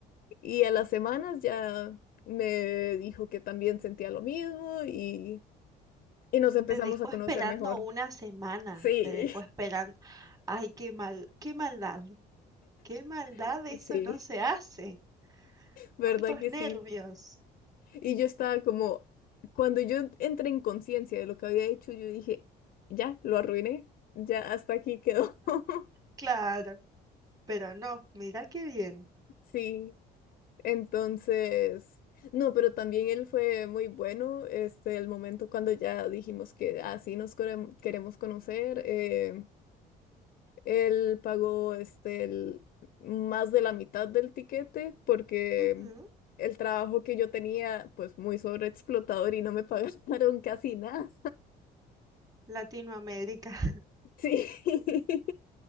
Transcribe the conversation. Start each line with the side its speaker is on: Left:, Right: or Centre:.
Left: y a las semanas ya me dijo que también sentía lo mismo y, y nos empezamos
Right: Te dejó
Left: a conocer
Right: esperando
Left: mejor.
Right: una semana,
Left: Sí,
Right: te dejó esperando. Ay, qué mal, qué maldad, qué maldad,
Left: <laughs>
Right: eso
Left: sí,
Right: no se hace.
Left: ¿verdad
Right: ¿Cuántos
Left: que
Right: nervios?
Left: sí? Y yo estaba como, cuando yo entré en conciencia de lo que había hecho, yo dije, ya, lo arruiné, ya hasta aquí quedó. <laughs>
Right: Claro, pero no, mira qué bien.
Left: Sí, entonces, no, pero también él fue muy bueno, este, el momento cuando ya dijimos que así nos querem- queremos conocer, eh, él pagó, este, el- más de la mitad del tiquete porque
Right: Ujú,
Left: el trabajo que yo tenía, pues muy sobreexplotador y no me pagaron <laughs> casi nada.
Right: Latinoamérica. <laughs>
Left: Sí. <laughs>